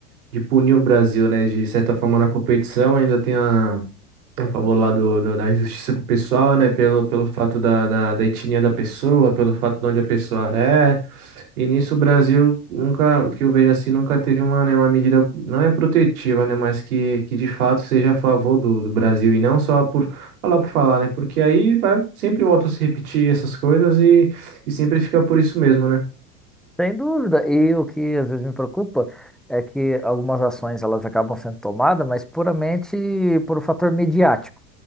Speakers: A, on the right; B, in the centre.
A: de punir o Brasil, né? De certa forma na competição, ainda tem a, a favor lá do, do- da injustiça com o pessoal, né? Pelo, pelo fato da, da, da etnia da pessoa, pelo fato de onde a pessoa é. E nisso o Brasil nunca, que eu vejo assim, nunca teve uma, né, uma medida, não é protetiva, né, mas que, que de fato seja a favor do, do Brasil e não só por falar por falar, né, porque aí vai, sempre volta a se repetir essas coisas e, e sempre fica por isso mesmo, né.
B: Sem dúvida. E o que às vezes me preocupa é que algumas ações elas acabam sendo tomadas, mas puramente por um fator midiático.